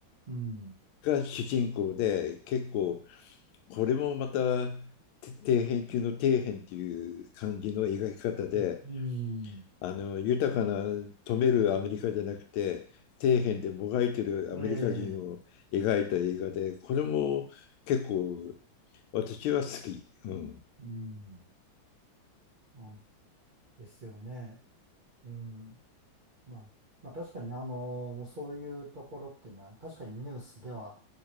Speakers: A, on the right; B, on the left.
A: うん、
B: が主人公で、結構これもまた底辺中の底辺っていう感じの描き方で、
A: うん、うん
B: あの豊かな富めるアメリカじゃなくて底辺でもがいてるアメリカ人を描いた映画でこれも結構
A: ええ、
B: 私は好き。うん、
A: うん。あ、ですよね。うん。まあ、まあ確かにあの、そういうところっていうのは確かにニュースでは